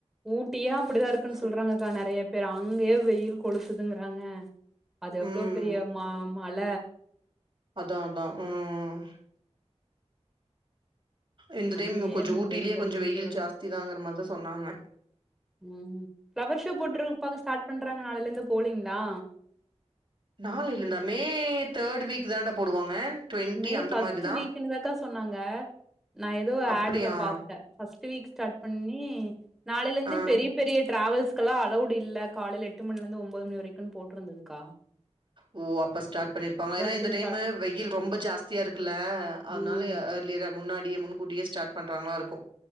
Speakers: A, in the centre; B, on the right.
A: ஊட்டியே அப்டிதா இருக்குன்னு
B: ஃபுல்
A: சொல்றாங்கக்கா நெறைய பேரு அங்கயே வெயில் கொளுத்துதுங்றாங்க அது
B: ம்
A: எவ்ளோ பெரிய ம மல
B: அதா அதா ம் இந்த டைம்
A: அங்கயே
B: கொஞ்சொ ஊட்டிலே
A: வெயில்
B: கொஞ்சொ
A: அடிக்குதுன்னு
B: வெயில்
A: சொல்றாங்க
B: ஜாஸ்தி தாங்கிற மார்தா சொன்னாங்க
A: ம் ஃப்ளவர் ஷோ போட்டுருப்பாங்க ஸ்டார்ட் பண்றாங்க நாளைலந்து போலீங்களா
B: நாளைல இருந்தா மே தேர்ட் வீக் தான்டா போடுவாங்க டுவெண்ட்டி
A: மே
B: அந்த
A: ஃபர்ஸ்ட்
B: மாரிதா
A: வீக்ன்னுதாக்கா சொன்னாங்க நா எதோ
B: அப்டியா
A: ஆடுல பாத்த ஃபர்ஸ்ட் வீக் ஸ்டார்ட் பண்ணி நாளையிலந்து
B: ஆ
A: பெரிய பெரிய டிராவல்ஸ்கெல்லா அலவ்டு இல்ல காலைல எட்டு மணிலந்து ஒம்போது மணி வரைக்குன்னு போட்டுருந்துதுக்கா
B: ஓ அப்ப ஸ்டார்ட் பண்ணிருப்பாங்க ஏனா இந்த
A: ஷோ
B: டைம்மு
A: ஸ்டார்ட்
B: வெயில் ரொம்ப ஜாஸ்தியா இருக்குல்ல அதனால
A: ம்
B: ஆர்லியரா முன்னாடியே முன்கூட்டியே ஸ்டார்ட் பண்றாங்ளா இருக்கு